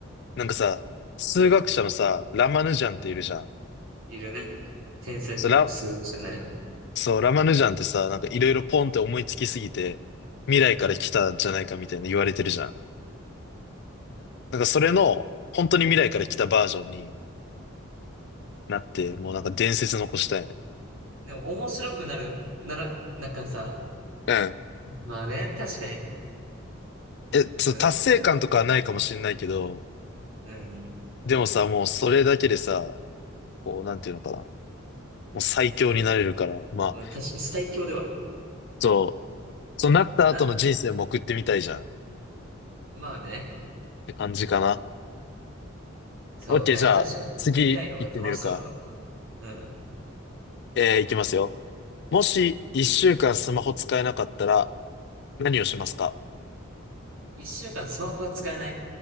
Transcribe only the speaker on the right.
いるね。天才数学者ね。
うん。
でも面白くなる、なら、なんかさ、
まあね、確かに、
うん、
そうん、
うん、確かに最強ではある。
なん、まあね、
そうね、
確かに未来の方が楽しそうではあるな。
うん。
一週間スマホが使えない。